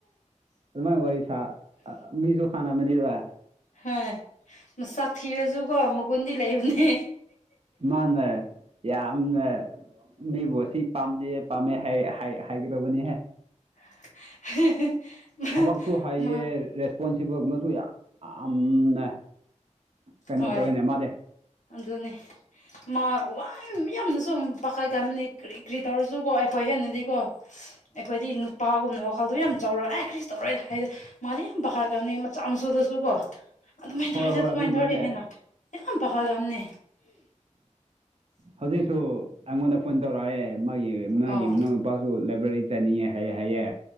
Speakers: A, on the right; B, on the left.
A: ꯑꯗꯨꯃꯥꯏꯅ ꯋꯥꯔꯤ ꯁꯥ ꯃꯤꯁꯨ ꯍꯥꯟꯅꯝꯃꯅꯤꯗ
B: ꯍꯣꯏ ꯃꯁꯥꯛ ꯊꯤꯔꯁꯨꯀꯣ ꯃꯒꯨꯟꯗꯤ ꯂꯩꯕꯅꯦ
A: ꯃꯥꯅ ꯌꯥꯝꯅ ꯃꯤꯕꯨ ꯎꯁꯤꯠ ꯄꯥꯝꯗꯦ ꯄꯥꯝꯃꯦ ꯍꯥꯏ ꯍꯥꯏꯒꯗꯕꯅꯤꯍꯦ
B: <unintelligible>
A: ꯊꯕꯛꯁꯨ ꯍꯥꯏꯌꯦ
B: ꯃꯥ
A: ꯔꯦꯁꯄꯣꯟꯁꯤꯕꯜꯒꯨꯝꯕꯁꯨ ꯌꯥꯝ ꯌꯥꯝꯅ ꯀꯩꯅꯣ
B: ꯍꯣꯏ
A: ꯇꯧꯋꯅꯦ ꯃꯥꯅꯦ
B: ꯑꯗꯨꯅꯦ ꯃꯥ ꯋꯥꯅ ꯌꯥꯝꯅꯁꯨ ꯄꯥꯈꯠꯀꯕꯅꯤ ꯀꯔꯤ ꯀꯔꯤ ꯇꯧꯔꯁꯨ ꯀꯣ ꯑꯩꯈꯣꯏ ꯍꯦꯟꯅꯗꯤ ꯀꯣ
A: ꯎ
B: ꯑꯩꯈꯣꯏꯗꯤ ꯅꯨꯄꯥꯒꯨꯝꯕ ꯋꯥꯈꯜꯗꯣ ꯌꯥꯝ ꯆꯥꯎꯔ ꯑꯦ ꯀ꯭ꯔꯤꯁ ꯇꯧꯔꯣꯏꯗ ꯍꯥꯏꯗꯤꯦ ꯃꯥꯗꯤ ꯌꯥꯝ ꯄꯥꯈꯥꯔ ꯀꯥꯅꯤ ꯃꯆꯥ ꯃꯁꯨꯗꯁꯨ ꯀꯣ ꯑꯗꯨ ꯃꯥꯏꯣꯦ
A: ꯍꯣꯏ ꯍꯣꯏ
B: ꯑꯗꯨ ꯃꯥꯏ
A: ꯃꯥꯅꯦ
B: ꯌꯥꯝ ꯄꯥꯈꯠꯂꯝꯅꯤ
A: ꯍꯧꯖꯤꯛꯁꯨ ꯑꯩꯉꯣꯟꯗ ꯐꯣꯟ ꯇꯧꯔꯛꯑꯦ ꯃꯥꯒꯤ ꯃꯥꯒꯤ
B: ꯑꯣ
A: ꯃꯅꯥꯎꯅꯨ ꯅꯨꯄꯥꯁꯨ ꯂꯥꯏꯕꯦꯔꯤ ꯆꯠꯅꯤꯡꯉꯦ ꯍꯥꯏꯌꯦ ꯍꯥꯏꯌꯦ